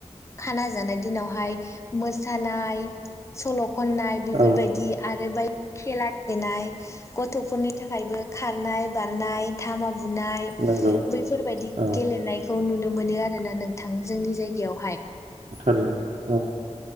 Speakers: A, on the left; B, on the right.
A: खाना जानाय दिनावहाय मोसानाय सल' खननाय बेफोरबायदि
B: औ
A: आरो बाय खेला गेलेनाय गथ'फोरनि थाखायबो खारनाय बारनाय धामा बुनाय
B: नंगौ
A: बैफोरबायदि
B: औ
A: गेलेनायखौ नुनो मोनो आरोना नों थां जोंनि जायगायावहाय।
B: थैनो औ।